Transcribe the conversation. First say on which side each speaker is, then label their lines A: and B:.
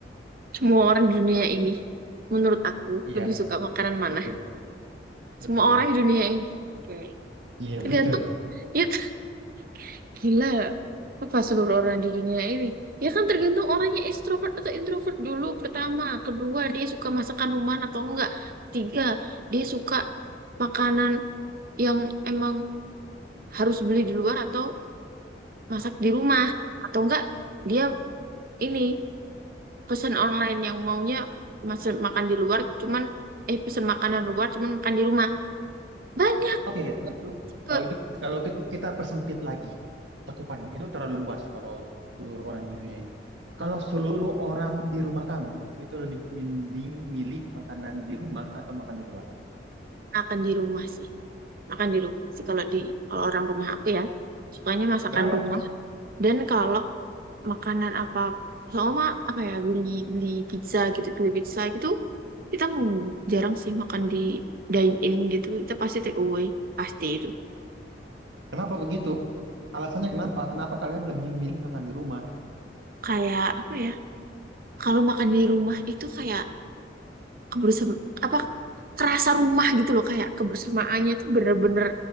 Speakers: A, on the right (about 50°); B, on the right (about 75°).
A: Semua orang di dunia ini, menurut aku,
B: Iya,
A: lebih suka makanan mana?
B: betul, betul.
A: Semua orang di dunia ini. Oke.
B: Iya,
A: Tergantung,
B: betul.
A: ya <laughs> gila. Apa seluruh orang di dunia ini? Ya kan tergantung orangnya ekstrovert atau introvert dulu pertama. Kedua, dia suka masakan rumahan atau enggak. Tiga, dia suka makanan yang emang harus beli di luar atau masak di rumah. Atau enggak, dia ini pesan online yang maunya masih makan di luar cuman eh pesan makanan luar cuman makan di rumah banyak
B: Oke, kalau gitu,
A: ke
B: kalau gitu, kalau gitu kita persempit lagi cakupannya. Itu terlalu luas kalau seluruh orang di dunia ini. Kalau seluruh orang di rumah kamu itu lebih mending milih makanan di rumah atau makan di luar.
A: makan di rumah sih makan di rumah sih kalau di kalau orang rumah aku ya sukanya masakan
B: Kenapa?
A: rumah dan kalau makanan apa sama apa ya beli beli pizza gitu beli pizza gitu kita jarang sih makan di dine in gitu kita pasti take away pasti itu
B: Kenapa begitu? Alasannya kenapa? Kenapa kalian lebih memilih makan di rumah?
A: kayak apa ya kalau makan di rumah itu kayak kebersama apa terasa rumah gitu loh kayak kebersamaannya tuh bener-bener